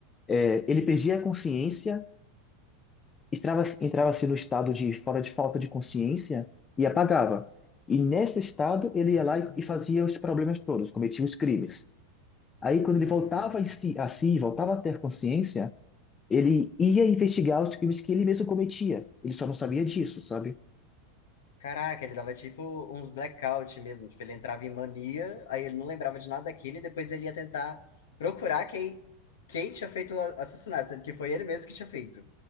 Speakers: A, on the left (about 25°); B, on the left (about 80°).
A: é, ele perdia a consciência, entrava, entrava-se no estado de fora de falta de consciência e apagava. E nesse estado ele
B: Hum,
A: ia lá e, e fazia os problemas todos, cometia os crimes. Aí, quando ele
B: ah.
A: voltava em si- a si, voltava a ter consciência, ele ia investigar os crimes que ele mesmo cometia. Ele só não sabia disso, sabe?
B: Caraca, ele dava tipo uns blackout mesmo. Tipo, ele entrava em mania, aí ele não lembrava de nada daquilo e depois ele ia tentar procurar quem, quem tinha feito o assassinato, sendo que foi ele mesmo que tinha feito.